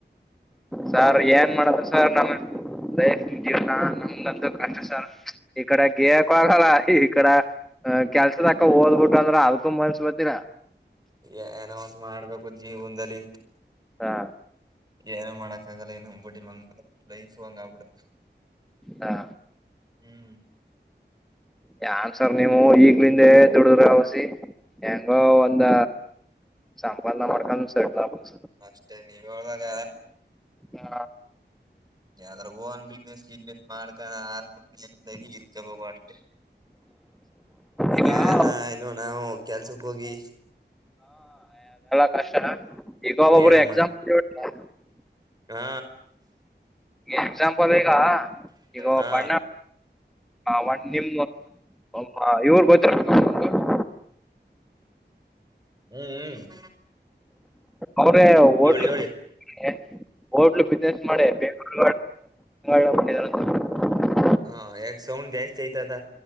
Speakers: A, in the centre; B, on the right.
A: ಸರ್, ಏನ್ ಮಾಡದು ಸರ್ ನಾನು? ಲೈಫ್, ಜೀವನ ನಮ್ದಂತೂ ಕಷ್ಟ ಸಾರ್. ಈಕಡೆ ಗೇಯಕು ಆಗಲ್ಲ, ಈಕಡೆ ಆ ಕೆಲಸದಕ ಓದ್ಬುಟ್ಟೋ ಅಂದ್ರ, ಅದಕೂ ಮನ್ಸ ಬತ್ತಿಲ್ಲ
B: ಏನೋ ಒಂದ್ ಮಾಡಬೇಕು ಜೀವನದಲ್ಲಿ.
A: ಹಾ
B: ಏನು ಮಾಡಕ್ಕ ಆಗಲ್ಲ ಇನ್ನು ಬಡ್ಡಿ ಮಗಂದ್ ಲೈಫು ಹಂಗಾಗ್ಬಿಟ್ಟದ್
A: ಹಾ
B: ಹ್ಮ್
A: ಯಾರ್ ಸರ್ ನೀವು ಈಗ್ಲಿಂದೆ ದುಡ್ರ ವಸಿ ಹೆಂಗೊ ಒಂದ ಸಂಬಧ ಮಾಡ್ಕೊಂಡ್ ಸೆಟ್ಲ್ ಆಗ್ <unintelligible> ಸರ್
B: ಅಷ್ಟೇ ನೀವ್ ಹೇಳ್ದಾಗ
A: ಯಾ
B: ಯದಾರುವ ಒಂದ್ ಬುಸಿನೆಸ್ ಈಗ್ಬೆ ಮಾಡ್ಕೊಂಡು ಆರಾಮಾಗಿ <unintelligible> ಅಷ್ಟೇ ಇನ್ಯಾನ
A: ಈಗ ಹಾ
B: ಇನ್ನು ನಾವು ಕೆಲ್ಸಕ್ಕ್ ಹೋಗಿ
A: ಫ್ರೆಶ್ ಆ ಇವಾಗ್ ಒಬ್ಬೊಬ್ರೆ
B: ಏನ
A: ಎಕ್ಸಾಮ್
B: ಮಾಡ
A: <unintelligible>
B: ಹಾ.
A: ಎಕ್ಸಾಮಂಪಲ್ ಐತಿ. ಗೊತ್ತಾ ಈಗ
B: ಹಾ
A: ಒಬ್ಬ ಅಣ್ಣ ವ ನಿಮ್ಮ. <unintelligible> ಇವರ ಗೊತ್ತಿರಬೇಕ ನಿಮಗ.
B: ಹ್ಮ್ ಹ್ಮ್.
A: ಅವ್ರೇ ಹೋಟೆಲ್.
B: ಹೇಳಿ ಹೇಳಿ
A: <unintelligible> ಹೋಟಲ್. ಬಿಜಿನೆಸ್ ಮಾಡಿ. <unintelligible> <unintelligible>
B: ಹಾ ಯಾಕ ಸೌಂಡ್ ಜಾಸ್ತಿ ಐತದ.